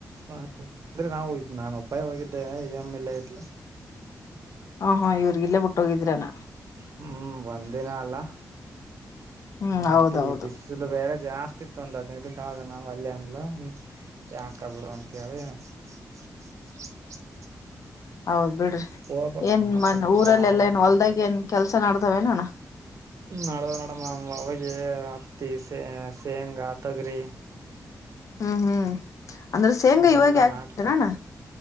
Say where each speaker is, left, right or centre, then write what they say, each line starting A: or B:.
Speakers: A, on the right; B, on the left.
A: ಅಂದ್ರೆ ನಾವು ಇ ನಾನು ಒಬ್ಬಾಯಿ ಹೋಗಿದ್ದೆ ಎಮ ಇಲ್ಲ.
B: ಹ ಹಾ ಇವ್ರರ್ ಇಲ್ಲೇ ಬಿುಟ್ಟ ಹೋಗಿದ್ರಾನ.
A: ಹ್ಮ್ ಒಂದಿನ ಅಲ್ಲ
B: ಹ್ಮ್ ಹೌದೌದು
A: ಮತ್ತೆ ಈ ಬಿಸಿಲು ಬೇರೆ ಜಾಸ್ತಿ ಇತ್ತು ಒಂದ್ ಹದ್ನೈದು ದೊಳಗ ನಾವ್ ಅಲ್ಲಿ ಅಂದ್ಲ ಯಾಕಾಗಬಿಡು ಅಂತ ಹೇಳಿ <unintelligible>
B: ಹೌದು ಬಿಡ್ರಿ
A: ಹೋಗ್ಬೇಕ
B: ಏನ್
A: ಮತ್ತೆ
B: ಮನ್ ಊರಲ್ಲ
A: ಶ್ರಾವಣ
B: ಎಲ್ಲಾ
A: ಬಂತ
B: ಏನ್ ಹೊಲ್ದಾಗ ಏನ್ ಕೆಲ್ಸ ನ್ದಾವ ನೋಣ.
A: ನಡದ್ ನಡಮ್ಮ ಅವಾಗ ಹತ್ತಿ ಸೇ ಶೇಂಗ ಆ ತೊಗರಿ
B: <unintelligible> ಹ್ಮ್ ಹ್ಮ್ ಅಂದ್ರೆ ಶೇಂಗಾ ಇವಾಗ
A: ಎಲ್ಲಾ
B: ಆಾಕ್ಬಣಣ್ಣ
A: ನಾಟ